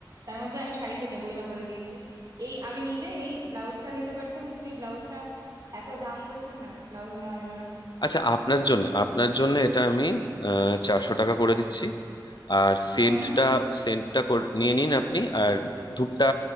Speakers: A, on the right (about 45°); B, on the left (about 60°).
A: তার মধ্যে আমি শাড়ি তো নেবই না বলে দিয়েছি এই আমি নিলে এই ব্লাউজটা নিতে পারতাম কিন্তু এই ব্লাউজটা এত দাম বলছেন না ব্লাউজও নেওয়া যাবে না
B: আচ্ছা আপনার জন্য আপনার জন্য এটা আমি চারশো টাকা করে দিচ্ছি আর সেন্টটা
A: হুম হুম
B: সেন্টটা করে- নিয়ে নিন আপনি আর ধূপটা